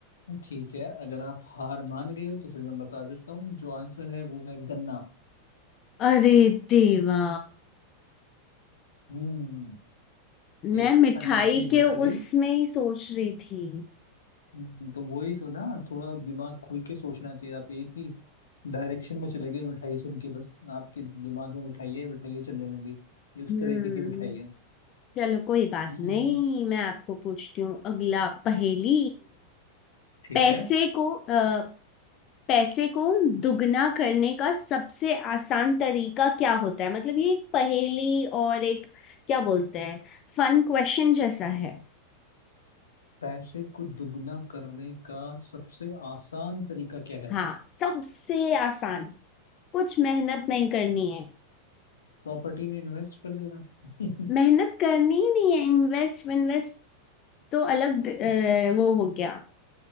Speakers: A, on the left; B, on the left.
A: ठीक है अगर आप हार मान गए हो तो फिर मैं बता देता हूँ जो आंसर है वो है गन्ना
B: अरे देवा
A: हम्म
B: मैं
A: एक
B: मिठाई
A: अनोखी लकड़ी
B: के उसमें ही सोच रही थी
A: हम्म, तो वही तो ना थोड़ा दिमाग खुल के सोचना चाहिए आप एक ही डायरेक्शन में चले गए मिठाई सुन के बस आपके दिमाग में मिठाई है मिठाई है चलने लग गई ये उस
B: हम्म
A: तरीके की मिठाई है
B: चलो कोई बात
A: हम्म
B: नहीं मैं आपको पूछती हूँ अगला पहेली
A: ठीक
B: पैसे
A: है
B: को अ, पैसे को दुगना करने का सबसे आसान तरीका क्या होता है मतलब ये एक पहेली और एक क्या बोलते हैं फन क्वेश्चन जैसा है
A: पैसे को दुगना करने का सबसे आसान तरीका क्या है
B: हाँ सबसे आसान कुछ मेहनत नहीं करनी है
A: प्रॉपर्टी में इन्वेस्ट कर देना <laughs>
B: मेहनत करनी ही नहीं है इन्वेस्ट इन्वेस्ट तो अलग
A: अच्छा,
B: अ, वो हो गया